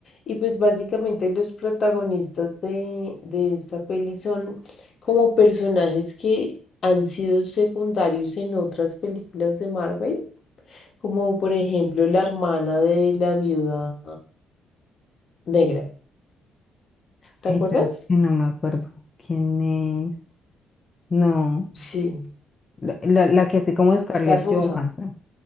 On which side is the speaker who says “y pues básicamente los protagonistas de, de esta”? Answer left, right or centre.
Left